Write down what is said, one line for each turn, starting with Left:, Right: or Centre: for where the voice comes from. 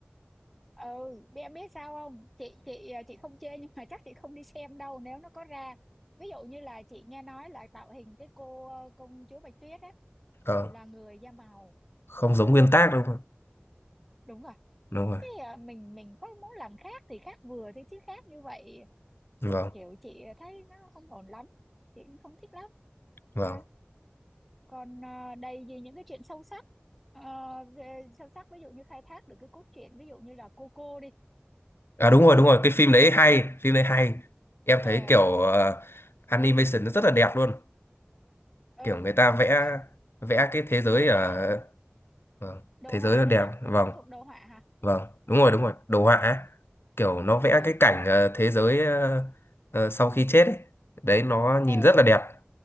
Centre: ừ biết em biết sao không chị chị ờ, chị không chê nhưng mà chắc chị không đi xem đâu nếu nó có ra ví dụ như là chị nghe nói là tạo hình cái cô ờ, công chúa Bạch Tuyết á
Left: Ờ,
Centre: là người da màu
Left: không giống nguyên tác đâu đúng rồi
Centre: đúng rồi
Left: đúng rồi.
Centre: cái ờ, mình mình có muốn làm khác thì khác vừa thôi chứ khác như vậy
Left: vâng
Centre: kiểu chị thấy nó không ổn lắm chị cũng không thích lắm
Left: vâng
Centre: ha. còn ờ, đầy gì những cái chuyện sâu sắc Ờ, về sâu sắc ví dụ như khai thác được cái cốt truyện ví dụ như là Coco đi
Left: À đúng
Centre: một
Left: rồi,
Centre: cái
Left: đúng rồi,
Centre: phim
Left: cái
Centre: hình
Left: phim
Centre: như
Left: đấy
Centre: là
Left: hay, phim đấy hay. Em
Centre: ờ
Left: thấy kiểu ờ, animation nó rất là đẹp luôn.
Centre: ừ
Left: Kiểu người ta vẽ
Centre: ha
Left: vẽ cái thế giới
Centre: vẽ
Left: ở vâng,
Centre: đồ
Left: thế
Centre: họa
Left: giới nó đẹp.
Centre: đúng không cái
Left: Vâng,
Centre: đó nó thuộc đồ họa hả
Left: vâng, đúng rồi, đúng rồi, đồ họa
Centre: ừ
Left: ấy. Kiểu nó vẽ
Centre: ừ
Left: cái cảnh ờ, thế giới ờ, ờ, sau khi chết ấy. Đấy nó nhìn
Centre: ừ
Left: rất là đẹp,